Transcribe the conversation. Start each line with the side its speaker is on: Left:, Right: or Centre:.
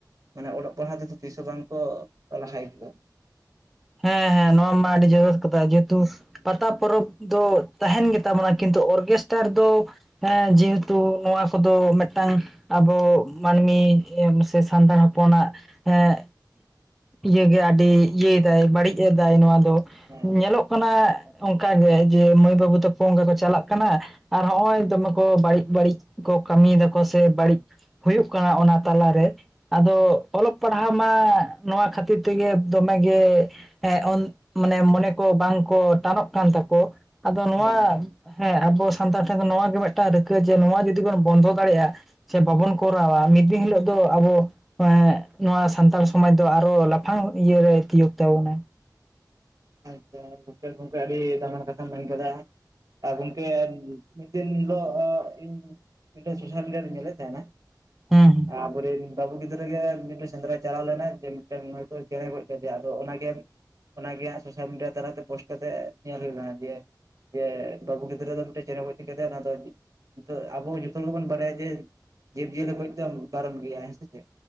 Right: ᱢᱟᱱᱮ ᱚᱞᱚᱜ ᱯᱟᱲᱦᱟᱜ ᱛᱮᱫᱚ ᱛᱤᱥᱦ ᱦᱚᱸ ᱵᱟᱝ ᱠᱚ ᱞᱟᱦᱟᱭ ᱟᱠᱚ
Centre: ᱦᱮᱸ ᱦᱮᱸ ᱱᱚᱣᱟ ᱢᱟ ᱟᱹᱰᱤ ᱡᱚᱛᱷᱟᱛ ᱠᱟᱛᱷᱟ ᱡᱮᱛᱩ ᱯᱟᱛᱟ ᱯᱚᱨᱚᱵᱽ ᱫᱚ ᱛᱟᱦᱮᱱ ᱜᱮᱛᱟᱵᱚᱱᱟ ᱠᱤᱱᱛᱩ ᱚᱨᱜᱮᱥᱴᱟᱨ ᱫᱚ ᱦᱮᱸ ᱡᱮᱦᱮᱛᱩ ᱱᱚᱣᱟ ᱠᱚᱫᱚ ᱢᱤᱫᱴᱟᱝ ᱟᱵᱚ ᱢᱟᱹᱱᱢᱤ ᱜᱮ ᱥᱮ ᱥᱟᱱᱛᱟᱲ ᱦᱚᱯᱚᱱᱟᱜ ᱮᱸᱜ ᱤᱭᱟᱹ ᱜᱮ ᱟᱹᱰᱤ ᱤᱭᱟᱹᱭ ᱮᱫᱟᱭ ᱵᱟᱹᱲᱤᱡ ᱮᱫᱟᱭ ᱱᱚᱣᱟ ᱫᱚ
Right: ᱦᱮᱸ
Centre: ᱧᱮᱞᱚᱜ ᱠᱟᱱᱟ ᱚᱱᱠᱟ ᱜᱮ ᱡᱮ ᱢᱟᱹᱭ ᱵᱟᱹᱵᱩ ᱛᱟᱠᱚ ᱚᱝᱠᱟ ᱠᱚ ᱪᱟᱞᱟᱜ ᱠᱟᱱᱟ ᱟᱨ ᱦᱚᱸᱜᱼᱚᱭ ᱫᱚᱢᱮ ᱠᱚ ᱵᱟᱹᱲᱤᱡ ᱵᱟᱹᱲᱤᱡ ᱠᱚ ᱠᱟᱹᱢᱤᱭ ᱫᱟᱠᱚ ᱥᱮ ᱵᱟᱹᱲᱤᱡ ᱦᱩᱭᱩᱜ ᱠᱟᱱᱟ ᱚᱱᱟ ᱛᱟᱞᱟᱨᱮ ᱟᱫᱚ ᱚᱞᱚᱜ ᱯᱟᱲᱦᱟᱣ ᱢᱟ ᱱᱚᱣᱟ ᱠᱷᱟᱹᱛᱤᱨ ᱛᱮᱜᱮ ᱫᱚᱢᱮᱜᱮ ᱮ ᱚᱱ ᱢᱟᱱᱮ ᱢᱚᱱᱮ ᱠᱚ ᱵᱟᱝᱠᱚ ᱴᱟᱱᱚᱜ ᱠᱟᱱ ᱛᱟᱠᱚ ᱟᱫᱚ ᱱᱚᱣᱟ
Right: ᱦᱮᱸ
Centre: ᱦᱮᱸ ᱟᱵᱚ ᱥᱟᱱᱛᱟᱲ ᱴᱷᱮᱱ ᱫᱚ ᱱᱚᱣᱟ ᱜᱮ ᱢᱤᱫᱴᱟᱝ ᱨᱤᱠᱟᱹ ᱡᱮ ᱱᱚᱣᱟ ᱡᱩᱫᱤ ᱵᱚᱱ ᱵᱚᱱᱫᱚ ᱫᱟᱲᱮᱭᱟᱜᱼᱟ᱾ ᱪᱷᱮ ᱵᱟᱵᱚᱱ ᱠᱚᱨᱟᱣᱟ ᱢᱤᱫ ᱫᱤᱱ ᱦᱤᱞᱳᱜ ᱫᱚ ᱟᱵᱚ ᱮᱸ ᱱᱚᱣᱟ ᱥᱟᱱᱛᱟᱲ ᱥᱚᱢᱟᱡᱽ ᱫᱚ ᱟᱨᱚ ᱞᱟᱯᱷᱟᱝ ᱤᱭᱟᱹᱨᱮᱭ ᱛᱤᱭᱳᱜ ᱛᱟᱵᱚᱱᱟ᱾
Right: ᱟᱪᱪᱷᱟ ᱢᱤᱫᱴᱮᱡ ᱜᱚᱝᱠᱮ ᱟᱹᱰᱤ ᱫᱟᱢᱟᱱ ᱠᱟᱛᱷᱟᱢ ᱢᱮᱱ ᱠᱮᱫᱟ᱾ ᱟᱨ ᱜᱚᱝᱠᱮ ᱢᱤᱫ ᱫᱤᱱ ᱦᱤᱞᱳᱜ ᱤᱧ ᱢᱤᱫᱴᱮᱡ ᱥᱳᱥᱟᱞ ᱢᱤᱰᱤᱭᱟ ᱨᱤᱧ ᱧᱮᱞᱮᱫ ᱛᱟᱦᱮᱱᱟ᱾
Centre: ᱦᱩᱸ ᱦᱩᱸ
Right: ᱦᱮᱸ ᱟᱵᱚᱨᱮᱱ ᱵᱟᱹᱵᱩ ᱜᱤᱫᱽᱨᱟᱹ ᱜᱮ ᱢᱤᱫᱴᱮᱡ ᱥᱮᱸᱫᱽᱨᱟᱭ ᱪᱟᱞᱟᱣ ᱞᱮᱱᱟᱭ ᱡᱮ ᱢᱤᱫᱴᱮᱱ ᱦᱚᱭᱛᱳ ᱪᱮᱬᱮ ᱜᱚᱡ ᱠᱮᱫᱮᱭᱟ᱾ ᱟᱫᱚ ᱚᱱᱟᱜᱮ ᱚᱱᱟᱜᱮ ᱦᱟᱸᱜ ᱥᱳᱥᱟᱞ ᱢᱤᱰᱤᱭᱟ ᱛᱟᱞᱟᱛᱮ ᱯᱳᱥᱴ ᱠᱟᱛᱮᱜ ᱧᱮᱞ ᱦᱩᱭ ᱞᱮᱱᱟ᱾ ᱡᱮ ᱡᱮ ᱵᱟᱹᱵᱩ ᱜᱤᱫᱽᱨᱟᱹ ᱫᱚ ᱢᱤᱫᱴᱮᱡ ᱪᱮᱬᱮ ᱜᱚᱡ ᱠᱮᱫᱮᱭᱟ ᱚᱱᱟ ᱫᱚ ᱱᱤᱛᱚᱜ ᱟᱵᱚ ᱡᱚᱛᱚ ᱜᱮᱵᱚᱱ ᱵᱟᱲᱟᱭᱟ ᱡᱮ ᱡᱤᱵᱽᱼᱡᱤᱭᱟᱹᱞᱤ ᱜᱚᱡ ᱫᱚ ᱵᱟᱨᱚᱱ ᱜᱮᱭᱟ᱾ ᱦᱮᱸ ᱥᱮ ᱪᱮᱜ?